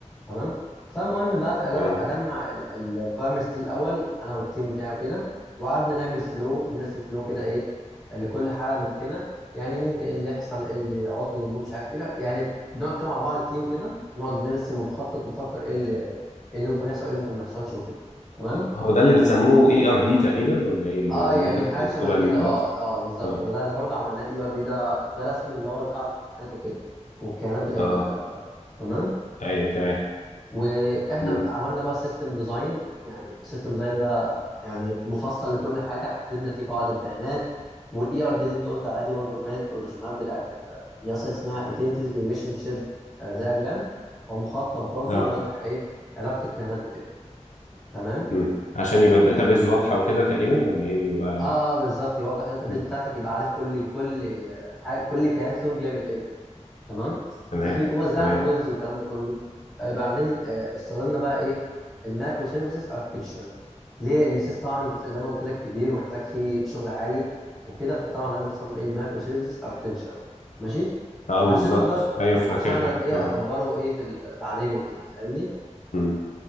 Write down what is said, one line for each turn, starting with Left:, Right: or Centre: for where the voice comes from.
Centre: تمام فالمهم بقى أجو-
Left: تمام
Centre: اجمع الريكويرمنتس دي الاول انا والتيم بتاعي وكده وقعدنا نعمل فلو نرسم فلو كده ايه لكل حاله ممكنه يعني ممكن ايه اللي يحصل ايه اللي عطل اللي مش عارف ايه يعني بنقعد كده مع بعض التيم كده نقعد نرسم ونخطط نفكر ايه اللي إيه اللي ممكن يحصل ايه اللي ممكن ما يحصلش وكده تمام
Left: هو ده اللي بتسموه اي ار دي تقريبا ولا ايه اللي
Centre: اه
Left: اللي
Centre: يعني
Left: انت بت-
Centre: حاجه
Left: بتقول
Centre: شبه كده
Left: عليه دلوقتي
Centre: اه اه بالظبط
Left: اه
Centre: وده ده برضه عملناه اي ار دي ده ده رسم اللي هو القاعده الكائنات وكده والكيانات بتاعتنا
Left: اه
Centre: والكلام ده تمام
Left: ايوه تمام
Centre: واحنا
Left: امم
Centre: بقى عملنا بقى سيستم ديزاين يعني السيستم ديزاين ده يعني مفصل لكل حاجه حددنا فيه قواعد البيانات والاي ار دي اللي انت قلت عليها دي برضه الر- الرسومات بتاعت القياس اسمها ايدنتيتي ريليشن شيب دياجرام هو مخطط برضه
Left: اه
Centre: بيوضح ايه علاقه الكائنات وكده تمام
Left: امم عشان يبقى الداتابيز واضحه وكده تقريبا ولا ايه بيبقى
Centre: اه بالظبط يوضح الداتا بيس
Left: مم.
Centre: بتاعتك يبقى عارف كل كل حاجه كل كيان فيهم بيعمل ايه وكده تمام
Left: تمام
Centre: <clears throat> ووزعنا
Left: تمام
Centre: مودلز والكلام ده كله آه بعدين آه استخدمنا بقى ايه المايكرو سيرفيسز اركتكتشر ليه لان السيس طبعا انت زي ما قلت لك كبير ومحتاج فيه شغل عالي وكده فطبعا لازم استخدم ايه المايكرو سيرفيسز اركتكتشر ماشي
Left: اه
Centre: عشان
Left: بالظبط
Centre: اقدر
Left: ايوه فاكرها
Centre: عشان اقدر ايه
Left: اه
Centre: اكبره ايه في ال- بعدين وكده فاهمني
Left: مم.